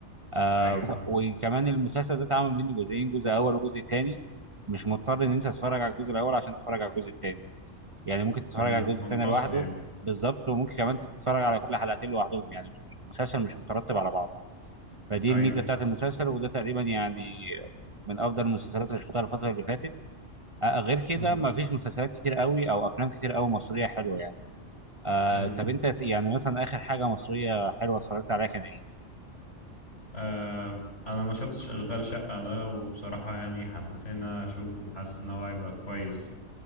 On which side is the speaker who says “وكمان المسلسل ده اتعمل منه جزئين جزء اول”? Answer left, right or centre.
Right